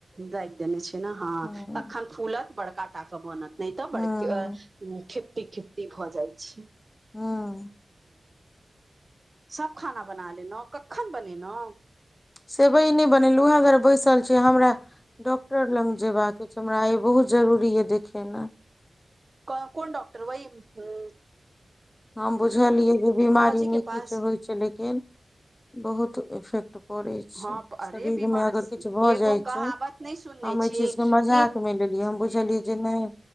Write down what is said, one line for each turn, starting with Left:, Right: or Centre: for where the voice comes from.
Right: राखि देने छै ने ह
Left: हँ
Right: तखन फूलत बड़का टा के बनत नहि तऽ
Left: हँ
Right: बड़के ह खिपटी खेपटी भऽ जाई छै
Left: हँ
Right: सभ खाना बना लेलहु कखन बनेलहु
Left: सेवई नय बनेलहु उएह दुआरे बैसल छी हमरा डॉक्टर लग जेयबाक अछि छै हमरा आय बहुत जरूरी या देखेनाय
Right: कोन डॉकटर वहि ह
Left: हम बुझलियै जे बीमारी
Right: के
Left: नै
Right: पास
Left: किछ होय छै लेकिन बहुत इफेक्ट परय छै
Right: हँ अरे
Left: शरीरमे
Right: बीमार
Left: अगर किछु भऽ
Right: एगो
Left: जाइ
Right: कहावत
Left: छै
Right: नहि सुनने
Left: हम
Right: छियै
Left: अय चीजके मजाक-
Right: कि
Left: मे लेलिय हम बुझलिए जे नइॅं